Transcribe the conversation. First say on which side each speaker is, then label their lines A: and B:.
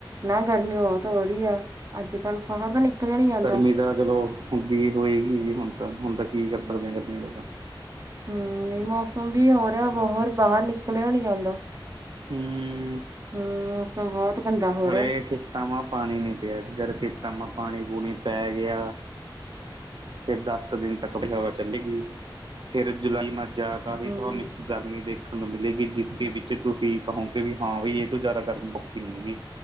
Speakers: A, on the right; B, on the right.
A: ਨਾ ਗਰਮੀ ਬਹੁਤ ਹੋ ਰਹੀ ਆ ਅੱਜ ਕੱਲ ਬਾਹਰ ਤਾਂ ਨਿਕਲਿਆ ਨਹੀਂ ਜਾਂਦਾ।
B: ਗਰਮੀ ਚਲੋ ਹੁੰਦੀ ਹੋਏਗੀ ਜੀ ਹੁਣ ਤਾਂ ਹੁਣ ਤਾਂ ਕੀ ਕਰ
A: ਹਮ
B: ਸਕਦੇ ਹ ਗਰਮੀ ਦਾ ਤਾਂ
A: ਹਮ ਨਹੀਂ ਮੌਸਮ ਵੀ ਹੋ ਰਿਹਾ ਬਰ ਬਾਹਰ ਨਿਕਲਿਆ ਨੀ ਜਾਂਦਾ।
B: ਹਮ,
A: <unintelligible> ਬਹੁਤ ਗੰਦਾ ਹੋ
B: ਹਰੇ
A: ਰਿਹਾ
B: ਖੇਤਾਂ ਮਾ ਪਾਣੀ ਨੀ ਪਿਆ ਜਾਰ ਖੇਤਾਂ ਮਾ ਪਾਣੀ ਪੂਣੀ ਪੈ ਗਿਆ। ਫਿਰ ਦਸ ਕੁ ਦਿਨ ਤੱਕ ਹਵਾ ਚੱਲੇਗੀ ਫੇਰ ਜੁਲਾਈ ਮਾਝਾ ਕਹੀ
A: ਹਮ
B: ਤੁਹਾਨੂੰ ਗਰਮੀ ਦੇਖਣ ਨੂੰ ਮਿਲੇਗੀ ਜਿਸਕੇ ਵਿੱਚ ਤੁਸੀਂ ਕਹੋਗੇ ਵੀ ਹਾਂ ਬਈ ਇਹ ਤੋਂ ਜ਼ਿਆਦਾ ਗਰਮੀ ਪਖੀ ਨਹੀਂ ਹੈਗੀ।